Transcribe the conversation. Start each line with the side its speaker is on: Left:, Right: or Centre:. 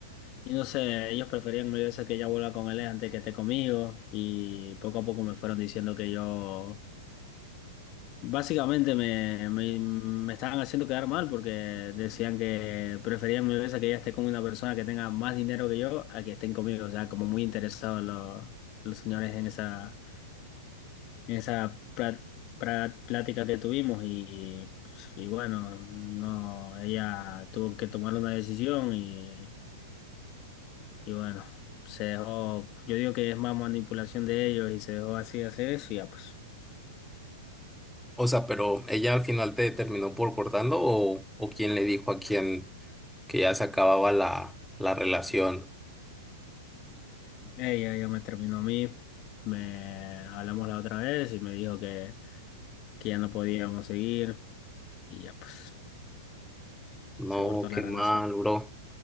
Left: y no sé, ellos preferían mil veces que ella vuelva con él antes que esté conmigo y poco a poco me fueron diciendo que yo Básicamente me, me, me estaban haciendo quedar mal porque decían que preferían mil veces que ella esté con una persona que tenga más dinero que yo a que estén conmigo. O sea, como muy interesados los, los señores en esa, en esa pra- pra- plática que tuvimos. Y, y bueno, no, ella tuvo que tomar una decisión y, y bueno, se dejó. Yo digo que es más manipulación de ellos y se dejó así hacer eso y ya pues.
Centre: O sea, pero ella al final te terminó por cortando o, o quién le dijo a quién que ya se acababa la, la relación.
Left: Ella ya me terminó a mí, me hablamos la otra vez y me dijo que, que ya no podíamos seguir y ya pues
Centre: No,
Left: se cortó
Centre: qué
Left: la relación.
Centre: mal, bro.